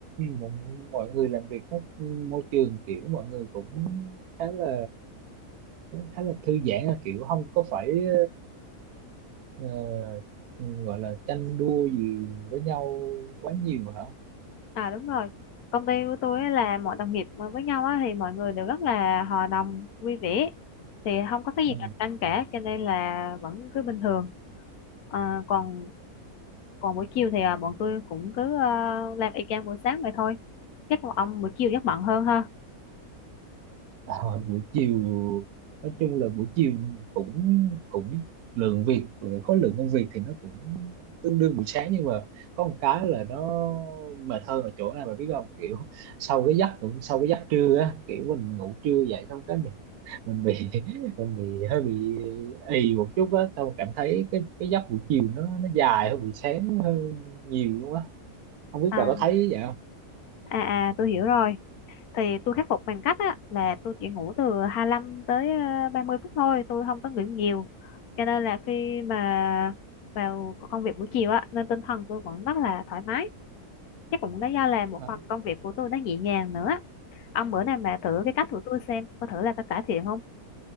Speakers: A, on the right; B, on the left.
A: mọi, mọi người làm việc nó môi trường kiểu mọi người cũng khá là khá là thư giãn là kiểu không có phải ờ, gọi là tranh đua gì với nhau quá nhiều hả
B: à đúng rồi công ty của tôi á là mọi đồng nghiệp mà với nhau á thì mọi người đều rất là hòa đồng vui vẻ thì không có cái gì
A: ừ.
B: cạnh tranh cả cho nên là vẫn cứ bình thường à, còn còn buổi chiều thì à, bọn tôi cũng cứ ờ, làm y chang buổi sáng vậy thôi chắc là ông buổi chiều chắc bận hơn ha
A: à, buổi chiều nói chung là buổi chiều cũng cũng lượng việc khối lượng công việc thì nó cũng tương đương buổi sáng nhưng mà có một cái là nó mệt hơn ở chỗ này bà biết không kiểu sau cái giấc cũng sau cái giấc trưa á kiểu mình ngủ trưa dậy xong cái mình mình bị <laughs> mình bị hơi bị ì một chút á xong cảm thấy cái cái giấc buổi chiều nó nó dài hơn buổi sáng hơn nhiều luôn á không biết
B: à
A: bà có thấy vậy không
B: à à tôi hiểu rồi thì tôi khắc phục bằng cách á, là tôi chỉ ngủ từ 25 tới ờ, 30 phút thôi tôi không có ngủ nhiều cho nên là khi mà vào công việc buổi chiều á nên tinh thần tôi vẫn rất là thoải mái chắc cũng đó do là một
A: Ờ.
B: phần công việc của tôi nó nhẹ nhàng nữa ông bữa nào mà thử cái cách của tôi xem có thử là có cải thiện không